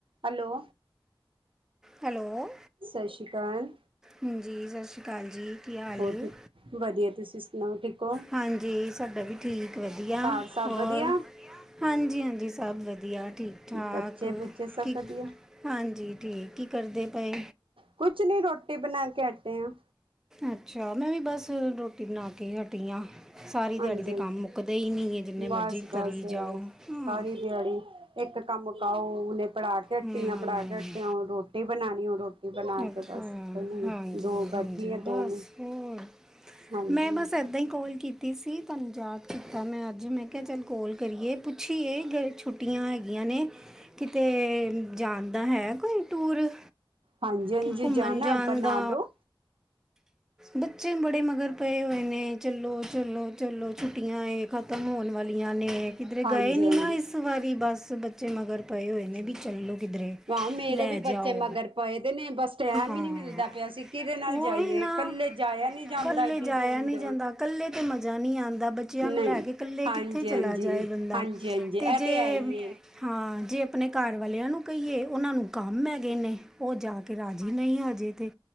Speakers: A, on the right (about 80°); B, in the centre.
A: ਹੈਲੋ।
B: ਹੈਲੋ।
A: ਸਤਿ ਸ਼੍ਰੀ ਅਕਾਲ।
B: ਹਾਂਜੀ, ਸਤਿ ਸ਼੍ਰੀ ਅਕਾਲ ਜੀ। ਕੀ ਹਾਲ
A: ਹੋਰ
B: ਏ?
A: ਠੀਕ ਵਧੀਆ ਤੁਸੀਂ ਸੁਣਾਓ ਠੀਕ ਹੋ
B: ਹਾਂਜੀ ਸਾਡਾ ਵੀ ਠੀਕ। ਵਧੀਆ
A: ਘਰ ਸਭ
B: ਹੋਰ?
A: ਵਧੀਆ
B: ਹਾਂਜੀ-ਹਾਂਜੀ ਸਭ ਵਧੀਆ ਠੀਕ ਠਾਕ
A: ਬੱਚੇ ਬੁੱਚੇ ਸਭ
B: ਕੀ,
A: ਵਧੀਆ
B: ਹਾਂਜੀ ਠੀਕ, ਕੀ ਕਰਦੇ ਪਏ?
A: ਕੁਛ ਨੀ, ਰੋਟੀ ਬਣਾ ਕੇ ਅਟੇ ਆ।
B: ਅੱਛਾ, ਮੈਂ ਵੀ ਬਸ ਰੋਟੀ ਬਣਾ ਕੇ ਈ ਹਟੀ ਆ। ਸਾਰੀ
A: ਹਾਂਜੀ
B: ਦਿਆੜੀ ਤੇ
A: ਹਾਂਜੀ
B: ਕੰਮ ਮੁੱਕਦੇ ਈ ਨਈ ਏ, ਜਿੰਨੇ ਮਰਜ਼ੀ
A: ਬਸ
B: ਕਰੀ
A: ਬਸ
B: ਜਾਓ। ਹਾਂ
A: ਸਾਰੀ ਦਿਆੜੀ, ਇੱਕ ਕੰਮ ਮੁਕਾਓ, ਹੁਣੇ ਪੜਾ ਕੇ ਹਟੀ
B: ਹਮ
A: ਆਂ, ਪੜਾ ਕੇ ਹਟੀ ਆਂ, ਹੁਣ ਰੋਟੀ ਬਣਾਉਣੀ ਹੁਣ ਰੋਟੀ, ਬਣਾ
B: ਅੱਛਾ
A: ਕੇ ਬਸ <unintelligible>
B: ਹਾਂਜੀ
A: ਦੋ ਬੈਠੀ
B: ਹਾਂਜੀ
A: ਆ,
B: ਬਸ
A: ਦੋ ਮਿੰਟ।
B: ਹੋਰ
A: ਹਾਂਜੀ
B: ਮੈਂ
A: ਹਾਂਜੀ
B: ਬਸ ਏਦਾਂ ਈ ਕੋਲ ਕੀ ਤੀ ਸੀ, ਤੁਆਨੂੰ ਯਾਦ ਕੀਤਾ ਮੈ ਅਜ, ਮੈ ਕੇਆ ਚੱਲ ਕੋਲ ਕਰੀਏ, ਪੁੱਛੀਏ ਗਏ ਛੁ ਟੀਆਂ ਹੈਗੀਆਂ ਨੇ, ਕਿਤੇ ਜਾਣ ਦਾ ਹੈ ਕੋਈ ਟੂਰ?
A: ਹਾਂਜੀ-ਹਾਂਜੀ
B: ਕਿ ਘੁੰਮਣ
A: ਜਾਣਾ
B: ਜਾਣ
A: ਏ? ਬਨਾ
B: ਦਾ
A: ਲੋ।
B: ਬੱਚੇ ਬੜੇ ਮਗਰ ਪਏ ਹੋਏ ਨੇ, ਚਲੋ-ਚਲੋ-ਚੱਲੋ ਛੁੱਟੀਆਂ ਏ। ਖਤਮ ਹੋਣ ਵਾਲੀਆਂ ਨੇ, ਕਿਧਰੇ
A: ਹਾਂਜੀ
B: ਗਏ ਨਈ
A: ਹਾਂਜੀ
B: ਨਾ ਇਸ ਵਾਰੀ, ਬਸ ਬੱਚੇ ਮਗਰ ਪਏ
A: ਹਾਂਜੀ
B: ਹੋਏ ਨੇ, ਵੀ ਚੱਲੋ ਕਿਧਰੇ,
A: ਹਾਂ ਮੇਰੇ
B: ਲੈ
A: ਵੀ ਬੱਚੇ
B: ਜਾਓ,
A: ਮਗਰ ਪਏ ਦੇ ਨੇ ਬਸ ਟੈਮ
B: ਹਾਂ।
A: ਹੀ ਨਹੀਂ ਮਿਲਦਾ ਪਿਆ ਸੀ ਕਿਹਦੇ ਨਾਲ
B: ਔਹੀ
A: ਜਾਈਏ
B: ਨਾ।
A: ਇਕੱਲੇ ਜਾਇਆ ਨਹੀਂ ਜਾਂਦਾ
B: ਕੱਲੇ
A: ਏਡੀ
B: ਜਾਇਆ
A: ਦੂਰ
B: ਨਹੀ ਜਾਦਾ, ਕਲੇ ਤੇ ਮਜ਼ਾ ਨਈ ਆਂਦਾ, ਬੱਚਿਆਂ
A: ਨਹੀਂ
B: ਨੂੰ ਲੈ ਕੇ ਕੱਲੇ
A: ਹਾਂਜੀ
B: ਕਿੱਥੇ ਚਲਾ
A: ਹਾਂਜੀ
B: ਜਾਏ ਬੰਦਾ?
A: ਹਾਂਜੀ ਹਾਂਜੀ
B: ਤੇ
A: ਇਹ
B: ਜੇ
A: ਹੈ ਹੀ ਏ
B: ਹਾਂ, ਜੇ ਆਪਣੇ ਕਾਰਵਾਲੇਆਂ ਨੂੰ ਕਹੀਏ, ਉਹਨਾਂ ਨੂੰ ਕੰਮ ਹੈੈਗੇ ਨੇ। ਉਹ ਜਾ ਕੇ ਰਾਜ਼ੀ ਨਹੀਂ ਹਜੇ ਤੇ।